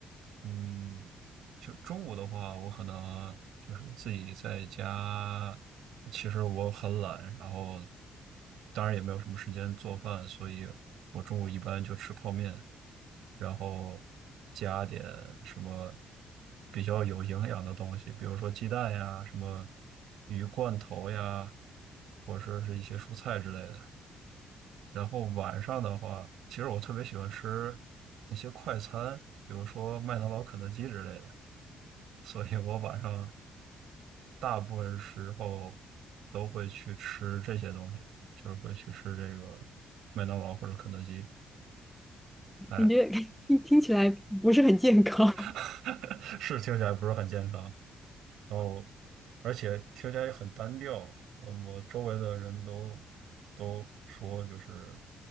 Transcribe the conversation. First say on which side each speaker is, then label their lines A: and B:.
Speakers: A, on the right; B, in the centre.
A: 嗯，就中午的话，我可能就是自己在家。其实我很懒，然后当然也没有什么时间做饭，所以我中午一般就吃泡面，然后加点什么比较有营养的东西，比如说鸡蛋呀、什么鱼罐头呀，或者说是一些蔬菜之类的。然后晚上的话，其实我特别喜欢吃那些快餐，比如说麦当劳、肯德基之类的，所以我晚上大部分时候都会去吃这些东西，就是会去吃这个麦当劳或者肯德基。哎，
B: 感觉 <laughs> 听听起来不是很健康
A: <laughs> 是听起来不是很健康，然后而且听起来也很单调。我我周围的人都都说，就是